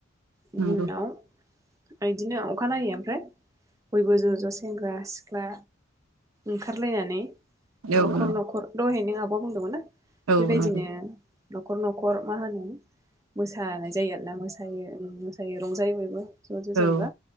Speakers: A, on the right; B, on the right.
A: बेनि
B: नंगौ
A: उनाव बिदिनो अखानायै ओमफ्राय बयबो ज' ज'सेंग्रा सिख्ला ओंखारलायनानै
B: औ
A: नखर
B: नंगौ
A: नखर दहाय नों आब'आ बुंदोंमोन ना?
B: औ
A: बेबायदिनो
B: नंगौ
A: नखर नखर मा होनो मोसानाय जायो आरोना मोसायो। जायो रंजायो बयबो। ज ज
B: औ
A: जेनबा